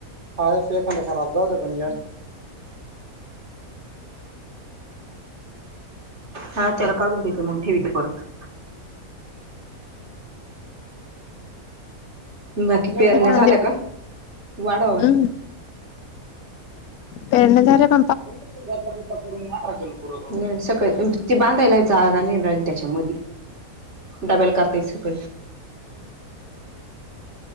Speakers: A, on the right; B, on the left.
A: हा से खंड खराब जाते बन हा चला काढून देते मग ठेवित परत बाकी पेरण्या
B: ते कांदे
A: झालया का वाढवावत.
B: हम्म पेरण्या झाे प
A: नाही ग बुला सकाळी ते बांधायला जाा नाही राहिल त्याच्यामध्ये डबल करतेसक